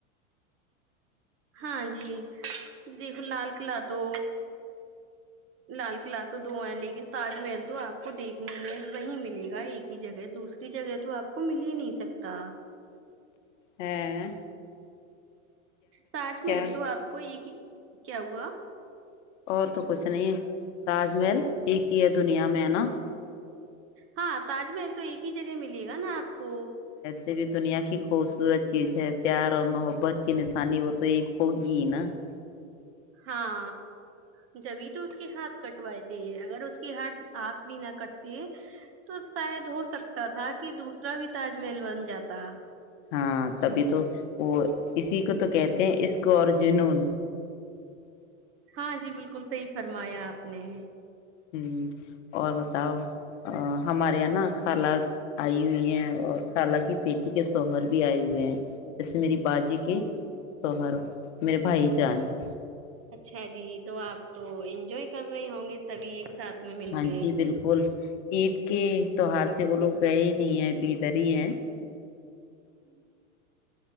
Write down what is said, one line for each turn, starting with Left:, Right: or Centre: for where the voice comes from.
Right: ہاں جی دیکھو لال قلعہ تو لال قلعہ تو دو ہیں لیکن تاج محل تو آپ کو دیکھنے میں وہی ملے گا ایک ہی جگہ دوسری جگہ تو آپ کو مل ہی نہیں سکتا
Left: ہاں
Right: تاج محل
Left: کیا
Right: تو آپ کو یہ کہ کیا ہوا
Left: اور تو کچھ نہیں ہے تاج محل ایک ہی ہے دنیا میں ہے نا <unintelligible>
Right: ہاں تاج محل تو ایک ہی جگہ ملیے گا نا آپ <unintelligible> ہو <inaudible>
Left: جے بھی دنیا کی خوبصورت چیز ہے پیار اور محبت کی نشانی وہ تو ایک ہوگی نا <unintelligible>
Right: ہاں جبھی تو اس کی ہاتھ کٹوائے تھ اگر اس کی ہ ہاتھ بھی نہ کٹتے تو شاید ہو سکتا تھا کہ دوسرا بھی تاج محل بن جاتا <unintelligible>
Left: ہاں تبھی تو وہ اسی کو تو کہتے ہیں عشق اور جنون
Right: ہاں جی بالکل صحیح فرمایا آپ نے <unintelligible>
Left: ہ اور بتاؤ ہمارے یہاں نا خالہ آئی ہوئی ہیں اور خالہ کی بیٹی کے شوہر بھی آئے ہوئے ہیں جیسے میری باجی کے شوہر میرے بھائی جان <unintelligible>
Right: اچھا جی تو آپ تو انجوائے کر رہے ہوں گے سبھی ایک <unintelligible>
Left: منچی
Right: کے
Left: بالکل <unintelligible> عید کے <unintelligible> تووہار سے وہ لوگ گئے ہی نہیں ہے <unintelligible> بدر ہی ہے <unintelligible>
Right: ہوں <inaudible>